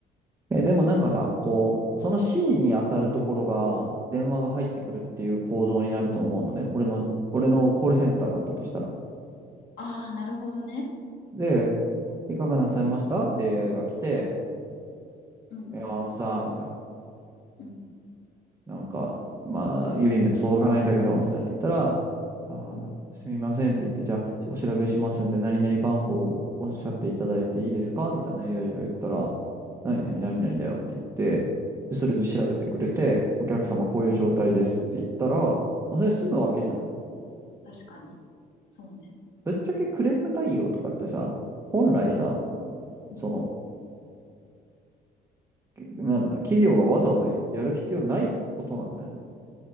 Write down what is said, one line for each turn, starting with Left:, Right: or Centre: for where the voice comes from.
Right: え、でもなんかさ、こう、
Left: うん
Right: その指示に当たるところが電話が入ってくるっていう行動になると思うのね。俺の、俺のコールセンターだったとしたら。
Left: ああ、なるほどね。
Right: で、いかがなさいましたって
Left: うん、
Right: AI が来て、
Left: うん、
Right: いや、あのさ、みたいな。
Left: うん、
Right: なんか、まあ、郵便物届かないんだけど、みたいな言ったら、あー、
Left: うん、
Right: すみませんって言って、じゃあ、お調べしますんで、何々番号をおっしゃっていただいていいですかみたいな AI が言ったら、何々、
Left: うん、
Right: 何々だよって言って、で、それで調べてくれて、
Left: うん、う
Right: お客様、
Left: ん、
Right: こういう状態ですって言ったら、もうそれ済むわけじゃん。
Left: うん確かに。そうね。
Right: ぶっちゃけクレーム対応とかってさ、本来さ、
Left: うん、うん、
Right: その、なんだ、企業がわざわざやる必要ないことなんだよね。